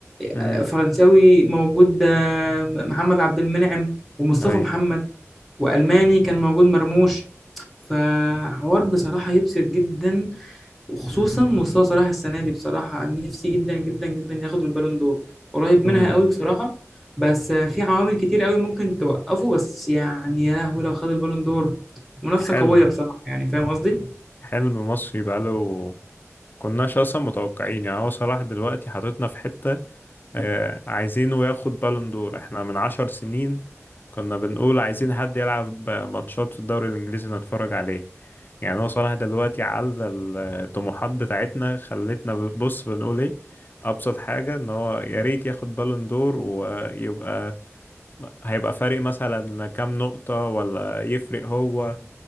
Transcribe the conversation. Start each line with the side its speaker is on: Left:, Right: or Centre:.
Left: امم
Centre: آه، فرنساوي موجود آه، محمد عبد المنعم ومصطفى
Left: أي
Centre: محمد والماني كان موجود مرموش فحوار بصراحه يبسط جدا وخصوصا مصطفى صلاح السنه دي بصراحه أنا نفسي جدا جدا جدا ياخد البالون دور قريب منها
Left: امم
Centre: قوي بصراحه بس آه، في عوامل كتير قوي ممكن توقفه بس يعني يا لهوي لو خد البالون دور منافسه
Left: حلم
Centre: قويه بصراحه يعني فاهم قصدي
Left: حلم مصري بقاله كناش أصلا متوقعين يعني هو صلاح دلوقتي حاططنا في حتة آه، عايزينه ياخد بالون دور احنا من عشر سنين كنا بنقول عايزين حد يلعب ماتشات في الدوري الإنجليزي نتفرج عليه يعني هو صلاح دلوقتي على الطموحات بتاعتنا خلتنا بص بنقول ايه أبسط حاجة ان هو يا ريت ياخد بالون دور ويبقى هيبقى فارق مثلا كام نقطة ولا يفرق هو